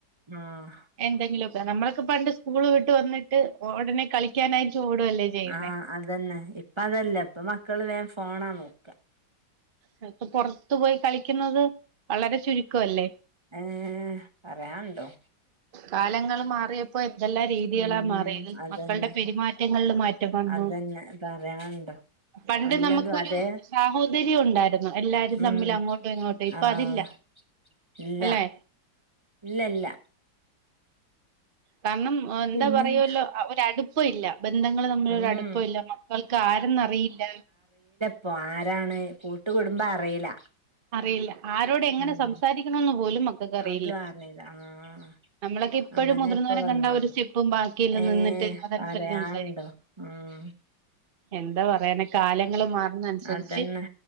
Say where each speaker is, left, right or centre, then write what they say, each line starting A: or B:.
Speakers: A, on the right; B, on the right.
A: ആഹ്
B: എന്തെങ്കിലുമൊക്കെ നമ്മളൊക്കെ പണ്ട് സ്കൂള് വിട്ട് വന്നിട്ട് ഉടനെ കളിക്കാനായിട്ട് ഓടുവല്ലേ ചെയ്യുന്നേ
A: ആ അതന്നെ ഇപ്പ അതല്ല ഇപ്പ മക്കള് വേം ഫോണാ നോക്കാ
B: അ ഇപ്പ പൊറത്തു പോയി കളിക്കുന്നത് വളരെ ചുരുക്ക അല്ലേ
A: ഏ പറയാണ്ടോ
B: കാലങ്ങൾ മാറിയ ഇപ്പൊ എന്തെല്ലാ രീതികളാ
A: ഉം
B: മാറിയത്
A: അതന്നെ
B: മക്കളുടെ പെരുമാറ്റങ്ങളില് മാറ്റം വന്നു
A: അതന്നെ പറയാണ്ടോ
B: പണ്ട്
A: എല്ലതും
B: നമുക്കൊരു
A: അതെ
B: സാഹോദര്യം ഉണ്ടായിരുന്നു എല്ലാരും
A: ഉം
B: തമ്മിൽ അങ്ങോട്ടോ ഇങ്ങോട്ടോ ഇപ്പൊ
A: ആഹ്
B: അതില്ല
A: ഇല്ല
B: അല്ലെ
A: ഇല്ല ഇല്ല
B: കാരണം എന്താ
A: പിന്നെന്താ
B: പറയൂല്ലോ അ ഒരടുപ്പ ഇല്ല ബന്ധങ്ങൾ തമ്മിലൊരു
A: ഉം
B: അടുപ്പമില്ല മക്കൾക്ക് ആരന്ന് അറിയില്ല
A: അപ്പൊ ആരാണ് കൂട്ടുകുടുംബ അറിയില്ല
B: അറിയില്ല ആരോട് എങ്ങനെ
A: ഉം
B: സംസാരിക്കണോന്ന് പോലും മക്കൾക്ക് അറിയില്ല
A: അതും ആഹ്
B: നമ്മളൊക്കെ ഇപ്പോഴും
A: അങ്ങനെ
B: മുതിർന്നവരെ
A: ഇപ്പൊ വന്നോണ്ട്
B: കണ്ട ഒരു സ്റ്റെപ്പും ബാക്കിയെല്ലാം
A: ഏഹ്
B: നിന്നിട്ട് അതനുസരിച്ച്
A: പറയാണ്ടോ
B: സംസാരിക്കും
A: ഉം
B: എന്താ പറയാനെ കാലങ്ങള് മാറുന്ന അനുസരിച്ച്
A: അതന്നെ